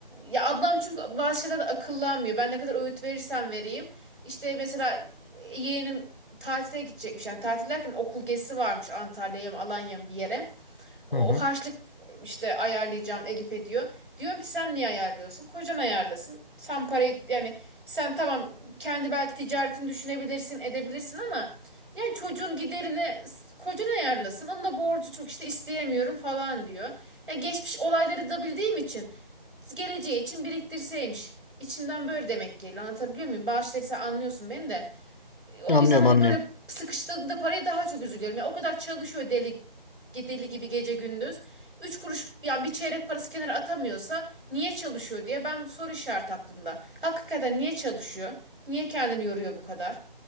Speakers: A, on the right; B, on the left.
A: Ya ablam çünkü bazı şeyler de akıllanmıyor. Ben ne kadar öğüt verirsem vereyim. İşte mesela yeğenim tatile gidecekmiş. Yani tatil derken okul gezisi varmış Antalya'ya mı Alanya'ya mı bir yere. O
B: Hı hı.
A: harçlık işte ayarlayacağım Elif'e diyor. Diyorum ki sen niye ayarlıyorsun? Kocan ayarlasın. Sen parayı yani sen tamam kendi belki ticaretini düşünebilirsin edebilirsin ama yani çocuğun giderini s- kocan ayarlasın. Onun da borcu çok işte isteyemiyorum falan diyor. Ya geçmiş olayları da bildiğim için geleceği için biriktirseymiş. İçimden böyle demek geliyor. Anlatabiliyor muyum? Bağışları sen anlıyorsun beni de. O
B: Anlıyorum
A: yüzden hani
B: anlıyorum.
A: böyle sıkıştığında paraya daha çok üzülüyorum. Ya o kadar çalışıyor deli deli gibi gece gündüz. Üç kuruş yani bir çeyrek parası kenara atamıyorsa niye çalışıyor diye ben soru işareti aklımda. Hakikaten niye çalışıyor? Niye kendini yoruyor bu kadar?